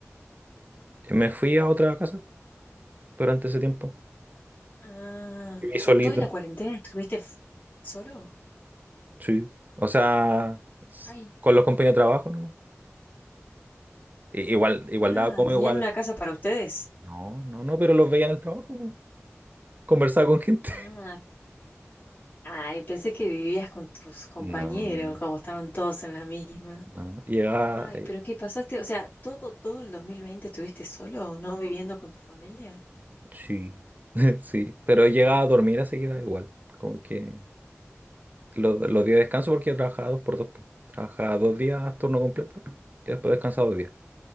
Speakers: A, on the right; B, on the left.
A: Me fui a otra casa durante ese tiempo,
B: Ah,
A: viví
B: o
A: solito,
B: sea, ¿toda la cuarentena estuviste f- solo?
A: sí, o sea, s-
B: Ay,
A: con
B: no.
A: los compañeros de trabajo, ¿no? I- Igual, igual
B: Ah,
A: daba como
B: ¿tenían
A: igual,
B: una casa para ustedes?
A: No, no, no, pero los veía en el trabajo, po. conversaba con gente.
B: Ah,
A: <laughs>
B: ay, pensé que vivías con tus compañeros,
A: No,
B: como estaban todos en la misma.
A: no, llegaba...
B: Ay,
A: eh,
B: pero ¿qué pasaste? O sea, ¿todo, todo el 2020 estuviste solo, no viviendo con tu familia?
A: Sí, <laughs> sí, pero llegaba a dormir así que da igual. Como que los, los días de descanso porque yo trabajaba dos por dos. po. Trabajaba dos días turno completo y después descansaba dos días.